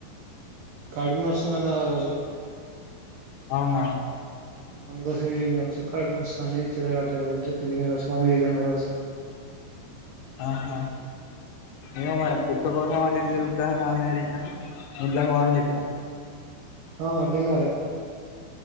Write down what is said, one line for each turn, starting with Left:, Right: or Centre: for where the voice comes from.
Right: కడుపునస్తుంది అన్నారోజు
Left: అవునా
Right: అందుకోసంమి కావచ్చు కడుపు నొస్తాంది కాట్లే తినేది అంటేమి కావచ్చు మమ్మీ కావచ్చు
Left: ఆహా ఏ మరి కుక్క కోసం అటు ఇటు తిరుగుతాంది ఆమె ఇంట్లోకి పో అని చెప్పిన
Right: ఆ అర్దం కాలే